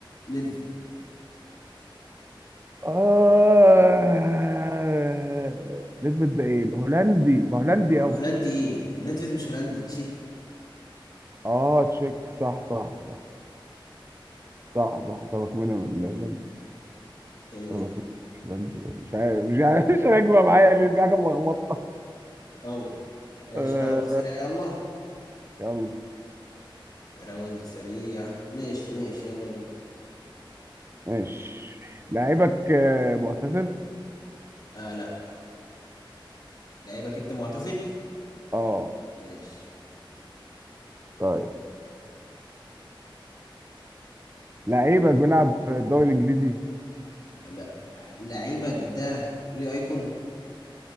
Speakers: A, on the left; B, on the right.
A: ندفد
B: اه نسبة ده ايه الهولندي ما هولندي
A: هو-
B: يابا
A: هولندي ايه ليدفيد مش هولندي تشيك
B: اه تشيك صح صح صح صح صح طبق منهم الاعلامي
A: ايه
B: طبق منهم مش اعلامي مش عارف مش عارف <laughs> مش راكبه معايا ليه في حاجه ملخبطه
A: يلا ايش
B: آه،
A: راوند سريع يلا
B: يلا
A: راوند سريع ماشي ماشي يلا بينا
B: ماشي لعيبك آه، معتزل
A: آه لا لعيبك انت معتزل
B: اه
A: ماشي
B: طيب لعيبك بيلعب في الدوري الانجليزي
A: لا لعيبك ده ليه ايكون